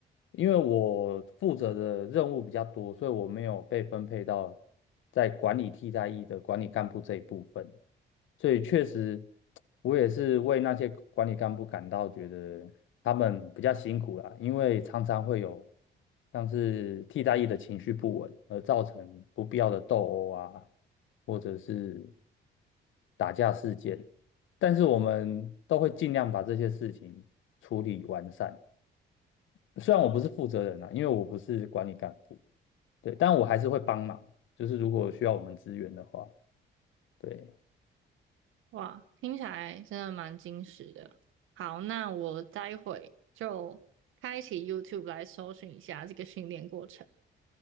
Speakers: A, on the left; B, on the right.
A: 因为我负责的任务比较多，所以我没有被分配到在管理替代役的管理干部这一部分。所以确实，我也是为那些管理干部感到觉得他们比较辛苦啦，因为常常会有像是替代役的情绪不稳，而造成不必要的斗殴啊，或者是打架事件。但是我们都会尽量把这些事情处理完善。虽然我不是负责人啊，因为我不是管理干部，对，但我还是会帮忙，就是如果需要我们支援的话，对。
B: 哇，听起来真的蛮精实的。好，那我待会就开启 YouTube 来搜寻一下这个训练过程。